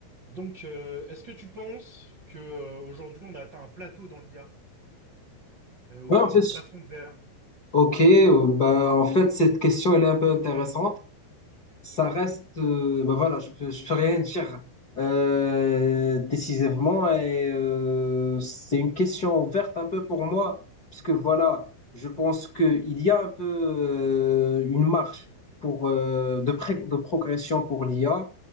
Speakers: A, on the right; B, on the left.
A: Donc, euh, est-ce que tu penses que euh, aujourd'hui on a atteint un plateau dans l'IA euh, ou
B: Ouais, en fait,
A: un
B: je-
A: plafond de verre?
B: ok, euh, bah, en fait, cette question, elle est un peu intéressante. Ça reste, euh, bah, voilà, je peux, je peux rien dire euh, décisivement et euh, c'est une question ouverte un peu pour moi, puisque voilà, je pense qu'il y a un peu euh, une marche pour, euh, de, pré- de progression pour l'IA.